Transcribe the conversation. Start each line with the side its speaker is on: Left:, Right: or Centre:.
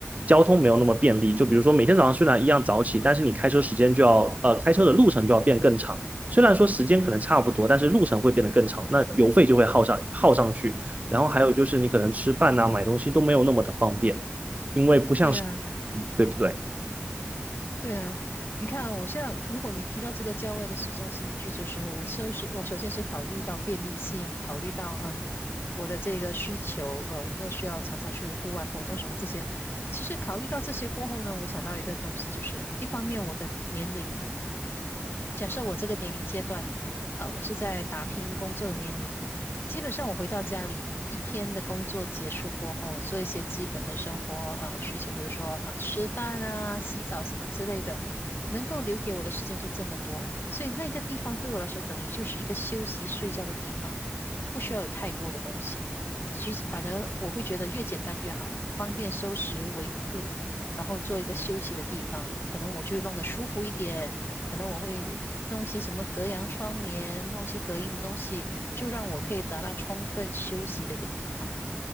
Right: 交通没有那么便利，就比如说每天早上虽然一样早起，但是你开车时间就要呃开车的路程就要变更长。虽然说时间可能差不多，但是路程会变得更长，那油费就会耗上耗上去。然后还有就是你可能吃饭呐、买东西都没有那么的方便，因为不像是
Left: 对啊。
Right: 对不对？
Left: 对啊，你看啊，我现在如果你提到这个郊外跟市中心的居住的时候，我首是我首先是考虑到便利性，考虑到嗯我的这个需求，呃有没有需要常常去户外活动什么这些。其实考虑到这些过后呢，我想到一个东西，就是一方面我的年龄。假设我这个年龄阶段，呃，我是在打拼工作的年龄，基本上我回到家里一天的工作结束过后，做一些基本的生活啊、呃需求，比如说啊、吃饭啊、洗澡什么之类的，能够留给我的时间就这么多，所以那个地方对我来说等于就是一个休息睡觉的地方，不需要有太多的东西。其实，反正我会觉得越简单越好，方便收拾维护，然后做一个休息的地方，可能我就会弄得舒服一点。可能我会弄些什么隔阳窗帘，弄些隔音的东西，就让我可以达到充分休息的一个地方。